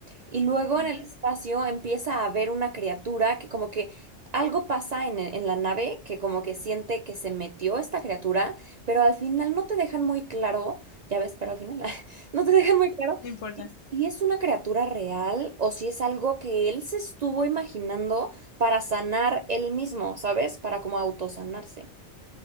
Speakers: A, on the right; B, on the left.
A: Y luego
B: ujú,
A: en el espacio empieza a ver una criatura que como que algo pasa en, en la nave que como que siente que se metió esta criatura, pero al final no te dejan muy claro, ya ves, pero al final <laughs> no te dejan muy claro
B: no importa.
A: si es una criatura real o si es algo que él se estuvo imaginando para sanar él mismo, ¿sabes? Para como autosanarse.